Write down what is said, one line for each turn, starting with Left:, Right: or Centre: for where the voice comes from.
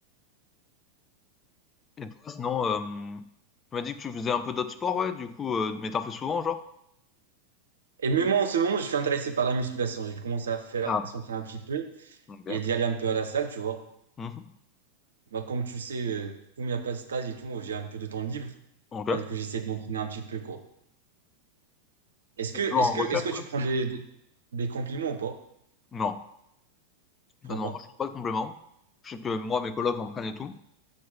Left: Et toi, sinon, euh, tu m'as dit que tu faisais un peu d'autres sports, ouais, du coup, euh, mais t'en fais souvent, genre?
Right: Et même moi, en ce moment, je suis intéressé par la musculation. J'ai commencé à faire,
Left: Ah,
Right: à s'entraîner un petit peu
Left: ok.
Right: et d'y aller un peu à la salle, tu vois.
Left: Mhm.
Right: Bah, comme tu sais, euh, comme il n'y a pas de stage et tout, j'ai un peu de temps libre.
Left: Ok.
Right: Bah, du coup, j'essaie de m'entraîner un petit peu, quoi. Est-ce que,
Left: T'es toujours
Right: est-ce
Left: en
Right: que,
Left: recherche,
Right: est-ce que tu
Left: ouais?
Right: prends des, des, des compliments ou pas?
Left: Non.
Right: Je
Left: Non,
Right: prends
Left: non,
Right: pas.
Left: moi, je prends pas de compléments. Je sais que moi, mes colocs en prennent et tout.